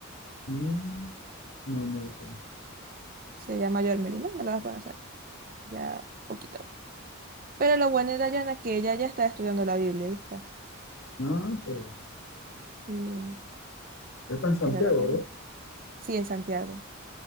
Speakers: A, on the left; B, on the right.
A: Mm, No, no lo tengo.
B: Se llama Melina, no No la vas a conocer. Ya, poquito. Pero lo bueno de Dayana es que ella ya está estudiando la Biblia, ¿viste?
A: Ah, está bien.
B: Y
A: Ya está en Santiago,
B: era lo bueno.
A: ¿verdad?
B: Sí, en Santiago.